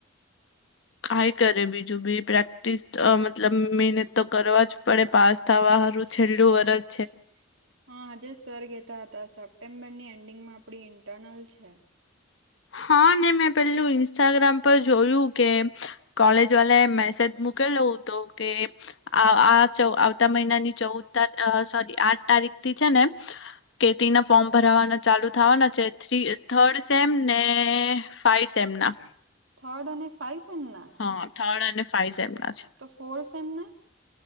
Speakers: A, on the left (about 65°); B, on the right (about 70°).
A: કાઈ કરે બીજું બી પ્રેક્ટિસ અહ મતલબ મેંહનત તો કરવા જ પડે પાસ થવા
B: આસ તમારું
A: હારું
B: છેલ્લું વર્ષ
A: વરસ
B: છે. હા આજે સર ગેતા હતા સપ્ટેમ્બરની એન્ડિંગમાં આપડી ઇન્ટરનલ છે.
A: હા ને મેં પેલું ઇન્સ્ટાગ્રામ પર જોયું કે કોલેજ વાલા એ મેસેજ મૂકેલો તો કે આ આવતા મહિનાની ચૌદ અહ સોરી આઠ તારીખ થી છે ને કેટી ના ફોર્મ ભરવાના ચાલુ થવાના છે થર્ડ સેમ ને ફાઈવ સેમ ના
B: થર્ડ અને ફાઈ સેમ ના?
A: હા થર્ડ અને ફઇ સેમનાજ.
B: તો ફોર સેમના?